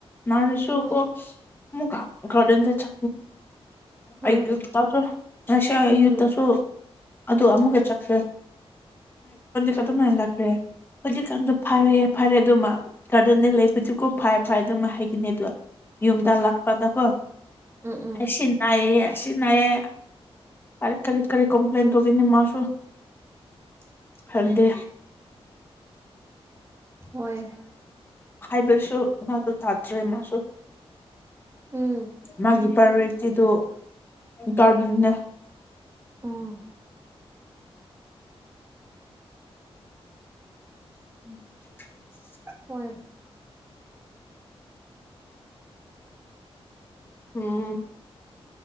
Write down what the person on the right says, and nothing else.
ꯎꯝ
ꯍꯣꯏ
ꯎꯝ
ꯍꯣꯏ
ꯎꯝ ꯎꯝ
<inaudible>
ꯍꯣꯏ
ꯎꯝ
ꯎꯝ
ꯍꯣꯏ